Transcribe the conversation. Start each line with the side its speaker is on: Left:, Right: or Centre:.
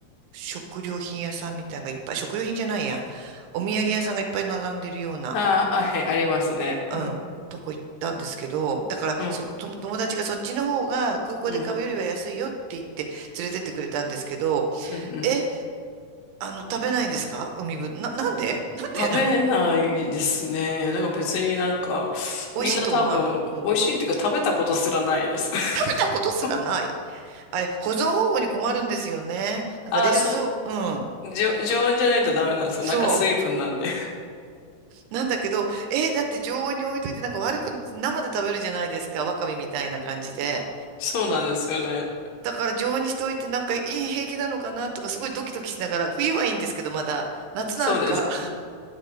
Right: 食料品屋さんみたいなのがいっぱい、食料品じゃないや。お土産屋さんがいっぱい並んでるような。
Left: ー、あー、あ、はい、ありますね。
Right: うん、
Left: うん、
Right: とこ行ったんですけど、だからそ、
Left: うん、
Right: と友達がそっちの方が空港で買うよりは安いよって言って連れてってくれたんですけど、
Left: うん、うん、うん。
Right: え、あの、食べないんですか海ぶ、な、なんでなんでなん
Left: 食べないですね。なんか別になんか、
Right: 美味しいと思わないうん。
Left: みんな多分、美味しいっていうか食べたことすらないです。<laughs>
Right: 食べたことすらない。あれ、保存方法に困るんですよね。なんか冷蔵、
Left: ああそう、
Right: うん。
Left: じょ常温じゃないとダメなんですよ。
Right: そ
Left: 中水分なんで。
Right: う。なんだけど、えーだって常温に置いといてなんか悪く、生で食べるじゃないですか。わかめみたいな感じで。
Left: そうなんですよね。
Right: だから常温にしておいてなんかいい平気なのかなとかすごいドキドキしながら、冬はいいんですけどまだ、夏なんか、
Left: そうです。<laughs> で